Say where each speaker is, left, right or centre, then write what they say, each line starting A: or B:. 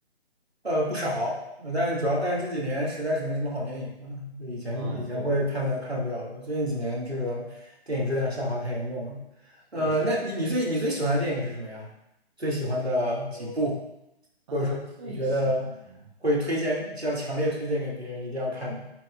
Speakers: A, on the right (about 80°); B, on the right (about 30°).
A: 呃，不少，呃，但是主要但是这几年实在是没什么好电影了，
B: 哦，
A: 就以前以前会看的看的比较多，
B: 啊，对对对
A: 最近几年这个电影质量下滑太严重了。呃，
B: 对，是的，
A: 那你你最你最喜欢的电影是什么呀？
B: 其实
A: 最喜欢的几部，
B: 我嗯，
A: 或者说你你觉得会推荐，
B: 最喜欢的
A: 要强烈推荐给别人一定要看的